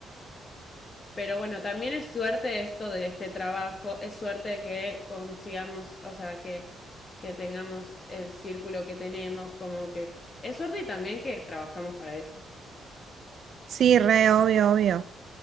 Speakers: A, on the left; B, on the right.
A: pero bueno, también es suerte esto de este trabajo, es suerte de que consigamos, o sea, que, que tengamos el círculo que tenemos, como que es suerte y también que trabajamos para eso.
B: Sí, re, obvio, obvio.